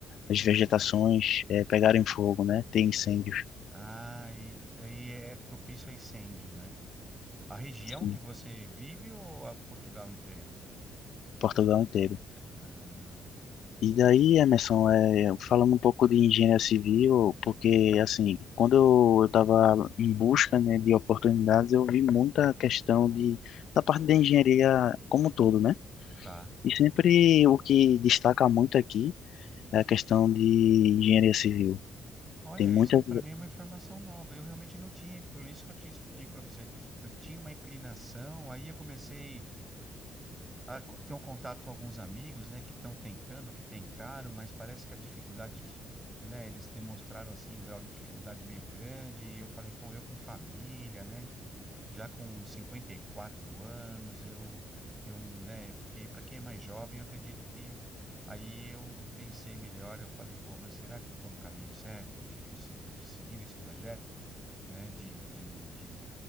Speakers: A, on the left; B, on the right.
A: as vegetações é, pegarem fogo, né? Ter incêndios.
B: Ah, e aí é propício a incêndios, né? A região
A: em
B: que você vive ou a Portugal inteiro?
A: Portugal inteiro.
B: Ah,
A: E daí, Emerson, é, falando um pouco de engenharia civil, porque assim, quando eu estava em busca, né, de oportunidades, eu vi muita questão de, da parte da engenharia como um todo, né?
B: tá.
A: E sempre o que destaca muito aqui é a questão de engenharia civil.
B: Olha,
A: Tem muita.
B: isso para mim é uma informação nova. Eu realmente não tinha, por isso que eu te es- digo para você. Eu tinha uma inclinação, aí eu comecei a co- ter um contato com alguns amigos, né, que estão tentando, que tentaram, mas parece que a dificuldade, né, eles demonstraram assim um grau de dificuldade meio grande. E eu falei, pô, eu com família, né? Já com 54 anos, eu, eu, né, porque para quem é mais jovem, eu acredito que aí eu pensei melhor, eu falei, pô, mas será que eu estou no caminho certo de conseguir, de seguir nesse projeto, né, de, de, de